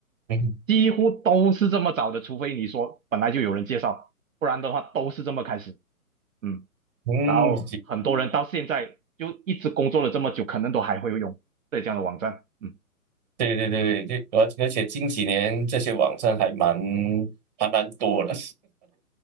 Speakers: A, on the right (about 30°); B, on the right (about 60°).
A: 嗯哼
B: 几乎都是这么找的，除非你说本来就有人介绍，不然的话都是这么开始，嗯，
A: 嗯，
B: 然后很多人到现在就一直工作了这么久，可能都还会用浙江的网站，嗯。
A: 对对对对，而而且近几年这些网站还蛮还蛮多的，